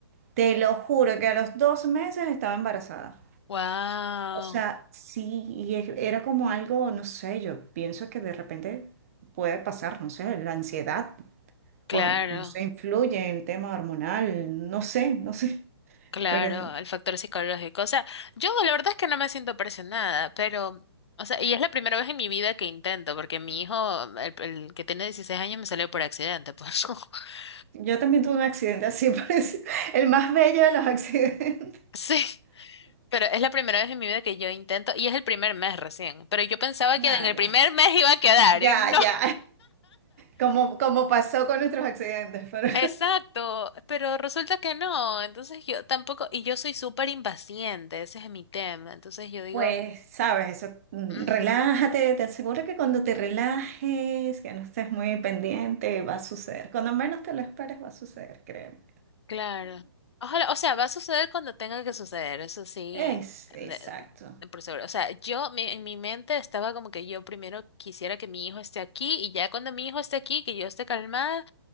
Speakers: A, on the right; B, on the left.
A: te lo juro que a los dos meses estaba embarazada.
B: Wow,
A: O sea, sí, y e- era como algo, no sé, yo pienso que de repente puede pasar, no sé, la ansiedad,
B: claro,
A: o no sé, influye el tema hormonal, no sé, no sé,
B: claro,
A: pero
B: el factor psicológico. O sea, yo la verdad es que no me siento presionada, pero, o sea, y es la primera vez en mi vida que intento, porque mi hijo, el, el que tiene 16 años, me salió por accidente, pues. <laughs>
A: yo también tuve un accidente así, <laughs> parecido, el más bello de los accidentes.
B: Sí. Pero es la primera vez en mi vida que yo intento, y es el primer mes recién, pero yo pensaba
A: No,
B: que en el
A: ya,
B: primer mes iba a quedar,
A: ya,
B: y no.
A: ya. Como, como pasó con nuestros accidentes, pero
B: Exacto, pero resulta que no, entonces yo tampoco, y yo soy súper impaciente, ese es mi tema, entonces
A: <laughs>
B: yo digo,
A: pues, sabes, eso, mm,
B: "Ujú".
A: relájate, te aseguro que cuando te relajes, que no estés muy pendiente, va a suceder. Cuando menos te lo esperes, va a suceder, créeme.
B: Claro. Ojalá, o sea, va a suceder cuando tenga que suceder, eso sí,
A: Es, exacto.
B: de- de por seguro. O sea, yo mi- en mi mente estaba como que yo primero quisiera que mi hijo esté aquí y ya cuando mi hijo esté aquí, que yo esté calmada,